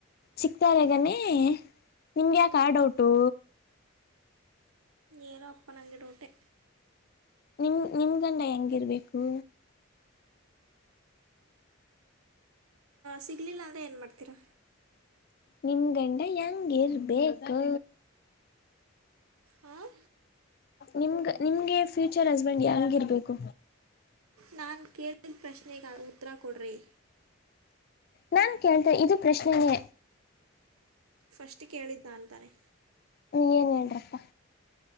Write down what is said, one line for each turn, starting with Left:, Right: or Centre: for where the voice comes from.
Left: ಸಿಕ್ತಾರಗಾನೇ ನಿಮ್ಗೆ
Right: ಹ್ಞೂ
Left: ಯಾಕೆ ಆಡೌಟು.
Right: ಏನೋ ಅಪ್ಪ ನಂಗಡೋಊಟೆ.
Left: ನಿಮ ನಿಮ್ ಗಂಡ ಹೆಂಗಿರ್ಬೇಕು.
Right: ಸಿಗಲಿಲ್ಲ ಅಂದರೆ ಏನು ಮಾಡ್ತೀರಾ.
Left: ನಿಮ್ ಗಂಡ ಹೆಂಗಿರ್ಬೇಕು.
Right: ಹಾಂ
Left: ನಿಮ್ ನಿಮ್ಗೆ ಫ್ಯೂಚರ್ ಹಸ್ಬೆಂಡ್ ಯಂಗ ಇರ್ಬೇಕು.
Right: ನಾನು ಕೇಳಿದ ಪ್ರಶ್ನೆಗೆ ಉತ್ತರ ಕೊಡ್ರಿ.
Left: ನಾನು ಕೇಳ್ಂತ ಇದು ಪ್ರಶ್ನೆನೇ.
Right: ಫಸ್ಟ್ ಕೇಳಿದ್ದ ಅಂತಾನೆ.
Left: ನೀ ಏನ್ ಹೇಳಡರಪ್ಪ.